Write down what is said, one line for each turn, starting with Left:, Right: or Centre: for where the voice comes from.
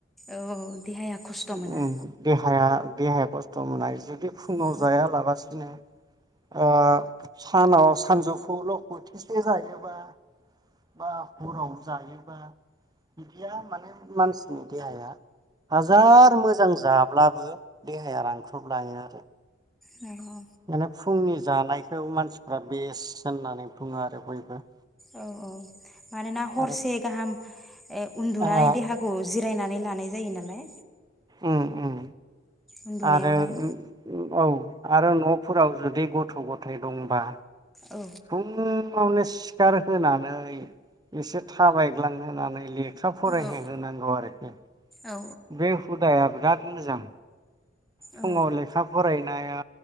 Centre: औ देहाया खस्थ' मोना।
Right: देहाया देहाया खस्थ' मोना। जुदि फुङाव
Centre: औ
Right: जायालाबासिनो ओ सानाव सानजौफुआवल' बोथिसे जायोबा बा हराव जायोबा बिदिया माने मानसिनि देहाया हाजार मोजां जाब्लाबो देहाया रानख्रबलाङो आरो
Centre: नंगौ।
Right: माने फुंनि जानायखौ मानसिफ्रा बेस्ट होननानै बुङो आरो बयबो
Centre: औ औ। मानोना हरसे
Right: आरो
Centre: गाहाम उन्दुनानै
Right: ओ
Centre: देहाखौ जिरायनानै लानाय जायो नालाय
Right: उम उम।
Centre: उन्दुनायावहाय
Right: आरो औ आरो न' फोराव जुदि गथ' गथाय दंबा
Centre: औ
Right: बुंनो फुङावनो सिखार होनानै एसे थाबायग्लां होनानै थाब फरायहै
Centre: औ
Right: होनांगौ आरोखि
Centre: औ
Right: बे हुदाया बिराद मोजां फुङाव
Centre: औ
Right: लेखा फराय नाया